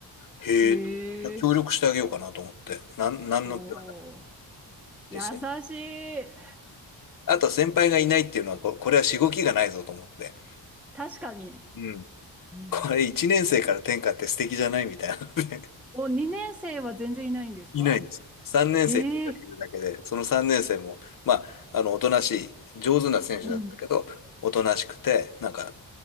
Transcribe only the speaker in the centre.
へえ、
おお、優し
い。
<laughs> 確かに。
うん
お、2年生は全然いないんですか
ええ、
うん。